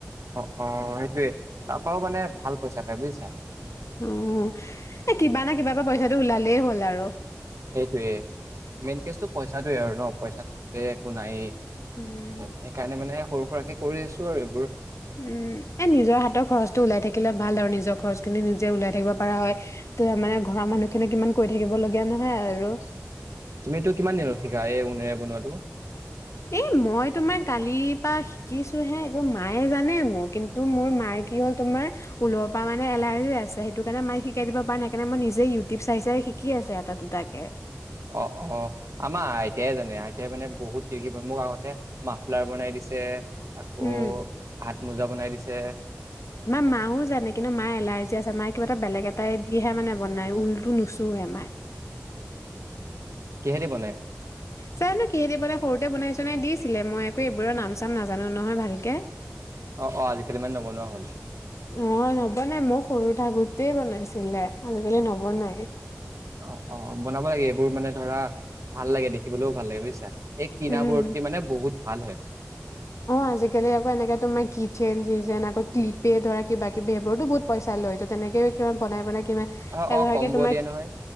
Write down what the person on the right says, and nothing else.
অ অ সেইটোয়ে তাৰাপৰাও মানে ভাল পইচা তাই বুজিছা
সেইটোোৱে মেইন কেচটো পইচটোোৱে আৰু ন পইচা নহলে একো নাই
সেইকাৰণে মানে সৰু ৰাকে কৰি আছো আৰু এইবোৰ
তুমিতো কিমান দিনত শিকা এই োনেৰে বনোৱাাতটো
অ অ আমাৰ আইতাই জানে আইতাই মানে বহুত কষি মোক আগতে মাফলাৰ বনাই দিছে আকৌ
হাত মোজা বনাই দিছে
কেহেতি বনাই
অ',
অ', আজিকালি মানে নবনোৱা হ'ল।
অ অ বনাব লাগে এইবোৰ মানে ধৰা ভাল লাগে দেখিবলৈও ভাল লাগে বুজিছা এই কিনাবোৰ
মানে বহুত। ভাল হয়।
অ', অ',
কম্ব
দিয়ে নহয়।